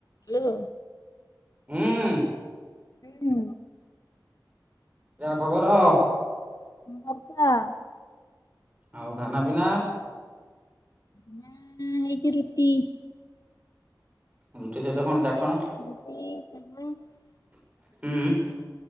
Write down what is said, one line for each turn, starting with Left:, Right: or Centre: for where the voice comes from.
Left: Hello
Right: ହୁଁ
Left: ହୁଁ।
Right: ଯାହା ଖବର।
Left: <unintelligible>
Right: ଆଉ ଖାନା ପିନା?
Left: ନା ହେଇଚି ରୁଟି।
Right: ରୁଟି ସହିତ କଣ ଚାଖଣ?
Left: ରୁଟି
Right: ହୁଁ।